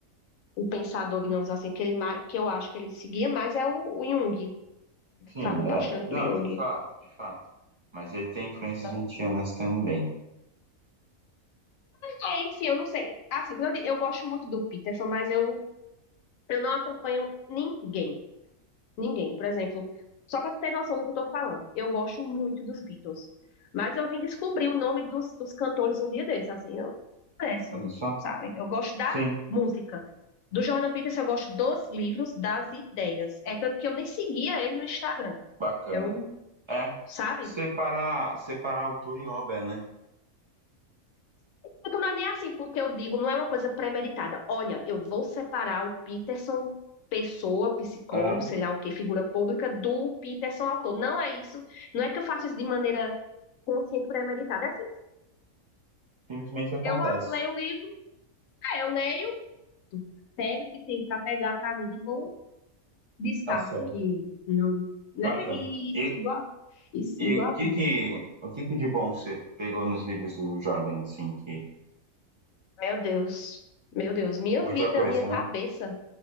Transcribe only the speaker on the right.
sim,
é. Não,
de fato, de fato. Mas ele tem influências
nietzschianas também.
Olha só.
Sim,
bacana.
É,
separar, separar autor e obra, né?
Aham,
Simplesmente acontece.
Tá certo.
Bacana.
E,
e o
que
que, o que que de bom você pegou nos livros do Jordan, assim, que...
Muita
coisa,
né?